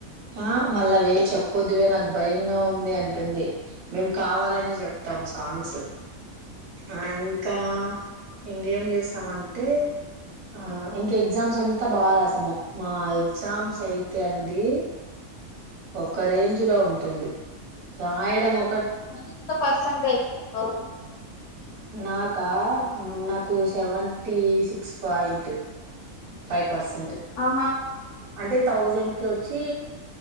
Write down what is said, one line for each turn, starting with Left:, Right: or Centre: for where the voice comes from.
Right: ఆ మళ్ళవే చెప్పొద్వే నాకు భయంగా ఉంది అంటుంది. మేం కావాలనే చెప్తాం సాంగ్స్ ఆ ఇంకా ఇంకేం చేసామంటే ఆ ఇంకా ఎగ్జామ్స్ అంతా బాగా రాసాము మా ఎగ్జామ్స్ అయితే అండి. ఒక రేంజ్ లో ఉంటుంది రాయడం ఓ
Left: ఎంత పర్సెంటేజ్ ఉ
Right: నాకా హమ్ కు seventy six point five percent
Left: ఆహా
Right: అంటే థౌజండ్కి వచ్చి